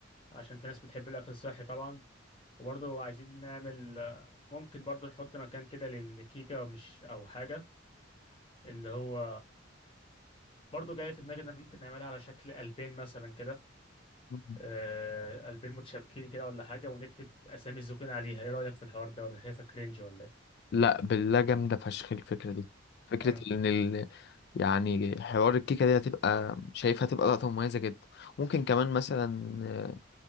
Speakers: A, on the left; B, on the left.
A: عشان في ناس بتحب الأكل الصحي طبعا وبرضه عايزين نعمل آه، ممكن برضه نحط مكان كده للكيكة مش أو حاجة اللي هو برضه جاي في دماغي ان احنا ممكن نعملها على شكل قلبين مثلا كده
B: مم.
A: آه، قلبين متشابكين كده ولا حاجه ونكتب اسامي الزوجين عليها ايه رايك في الحوار ده ولا شايفه كرينج ولا ايه
B: لا بالله جامدة فشخ الفكرة دي فكرة
A: مم،
B: ان ال... يعني حوار الكيكة دي هتبقى شايفها هتبقى لقطة مميزة جدا ممكن كمان مثلا آه،